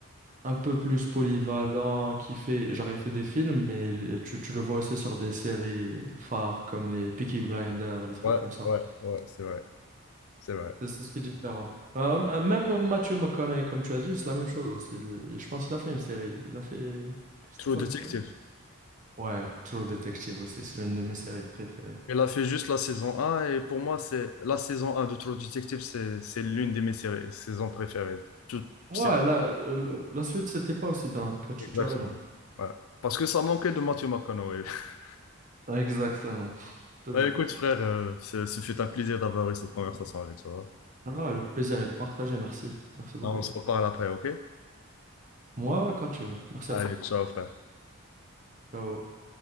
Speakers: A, on the right; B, on the left.
A: un peu plus polyvalent, qui fait, genre, il fait des films, mais il- tu, tu le vois aussi sur des séries phares comme les Peaky Blinders, les trucs
B: Ouais,
A: comme ça.
B: ouais, ouais, c'est vrai, c'est vrai.
A: C'est c'est ce qui est différent. Euh, m- euh, même Matthew McConaughey, comme tu as dit, c'est la même chose aussi. Il- Je pense qu'il a fait une série. Il a fait... C'était
B: True
A: quoi
B: Detective.
A: la série? Ouais, True Detective aussi, c'est l'une de mes séries préférées.
B: Elle a fait juste la saison un et pour moi, c'est la saison un de True Detective, c'est c'est l'une de mes séries, saisons préférées. Toute
A: Ouais,
B: série.
A: la, euh, la suite, c'était pas aussi bien. que Tu,
B: Exactement.
A: tu as raison.
B: Ouais. Parce que ça manquait de Matthew McConaughey. <laughs>
A: Exactement. Je te
B: Bah,
A: jure.
B: écoute, frère, euh, ce ce fut un plaisir d'avoir eu cette conversation avec toi.
A: Ah, le plaisir est partagé. Merci. Merci beaucoup.
B: On se reparle après, ok?
A: Moi, ouais, quand tu veux. Merci
B: Ça
A: à
B: Allez,
A: toi.
B: ciao, frère.
A: Ciao.